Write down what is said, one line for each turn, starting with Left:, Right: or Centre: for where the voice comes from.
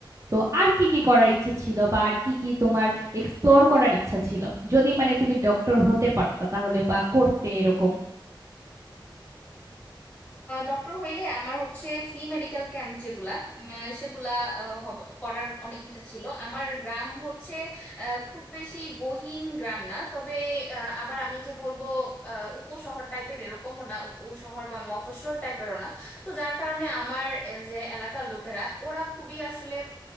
Right: তো আর কি কি করার ইচ্ছা ছিল বা আর কি কি তোমার এক্সপ্লোর করার ইচ্ছা ছিল যদি মানে তুমি ডক্টর হতে পারতা তাহলে বা করতে এরকম
Left: ডক্টর হইলে আমার হচ্ছে ফ্রি মেডিকেল ক্যাম্প যেগুলা উম, সেগুলা আহ, হব- করার অনেক ইচ্ছা ছিল আমার গ্রাম হচ্ছে আহ, খুব বেশি গহীন গ্রাম না তবে আহ, আবার আমি যে বলবো আহ, উপশহর টাইপের এরকমও না উপশহর বা মফস্বল টাইপেরও না তো যার কারণে আমার আহ, যে এলাকার লোকেরা ওরা খুবই আসলে